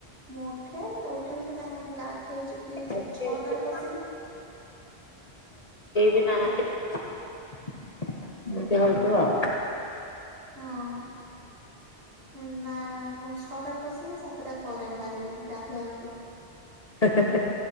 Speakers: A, on the right; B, on the left.
A: ମୁଁ ଉଠେ ତ ଉଠି ବିି ତ କାହିଁକ ମୁଁ ଗାଧଇଯିବି
B: ଏମିତି
A: ଛଅଟାରେ ବସ୍
B: କେହି ବି
A: ଗାଧୁଆ
B: ନାହାଁନ୍ତି
A: ଘରୁ
B: ନା <inaudible> <unintelligible> ଆଉ
A: ହୁଁ ହଁ। ନା ନା ମୁଁ ଛଅଟାରେ ପସିବି ସାତଟା ପରେ ବାହାରିବି ଗାଧୁଆ ଘରୁ।
B: ହେ ହେ ହେ।